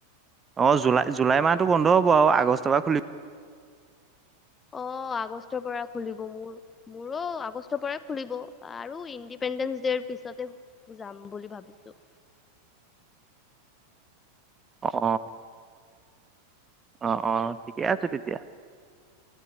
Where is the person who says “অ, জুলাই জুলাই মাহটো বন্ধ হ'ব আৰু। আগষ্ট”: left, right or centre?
Right